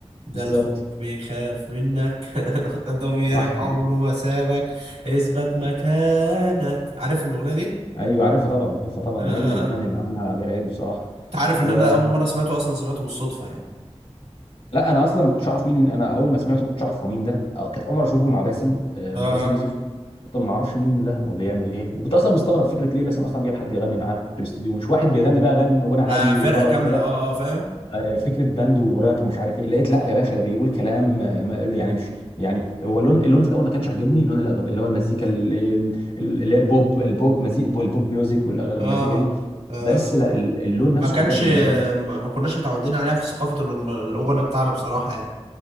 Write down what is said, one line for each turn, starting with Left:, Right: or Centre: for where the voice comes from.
Right: ده
Left: بالظبط
Right: الخوف بيخاف منك <laughs> ضميرك
Left: صح
Right: عمره ما سابك اثبت مكانك عارف الاغنيه دي
Left: ايوه عارفها طبعا عارفها طبعا
Right: آه،
Left: من
Right: آه،
Left: اجمل الاغاني
Right: آه.
Left: اللي عملها امير عيد بصراحه
Right: انت عارف
Left: و...
Right: ان انا اول مره سمعته اصلا سمعته بالصدفه يعني
Left: لا انا اصلا ما كنتش اعرف مين انا اول ما سمعته ما كنتش اعرف هو مين ده أه، كانت اول مره اشوفه مع باسم آه،
Right: اه
Left: باسم يوسف كنت ما اعرفش مين ده وبيعمل ايه وكنت اصلا مستغرب فكره ليه باسم اصلا جايب حد يغني معاه في الاستوديو مش واحد بيغني بقى غن غنى
Right: ده
Left: عادي
Right: فرقه
Left: وطرب
Right: كامله
Left: وكده
Right: اه اه فاهم
Left: آه، فكره باند وراب ومش عارف ايه لقيت لا يا باشا ده بيقول كلام آه، ما يعني مش يعني هو اللون اللون في الاول ما كانش عاجبني لون الأغ- اللي هو المزيكا ال- ال- اللي هي البوب البوب مزيك البوب ميوزك والأغ- والمزيكا
Right: اه
Left: دي
Right: آه.
Left: بس لا، ال- اللون نفسه
Right: ما كانش
Left: عجبني
Right: ما
Left: اللون
Right: ما كناش متعودين عليها في ثقافة الأم- الغنى بتاعنا بصراحة يعني